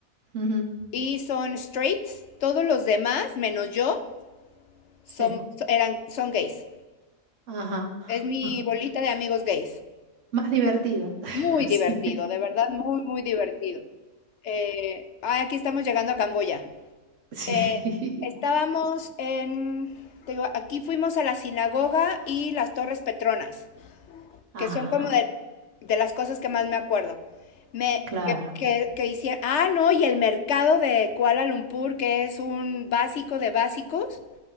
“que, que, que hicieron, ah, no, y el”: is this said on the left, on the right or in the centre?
Left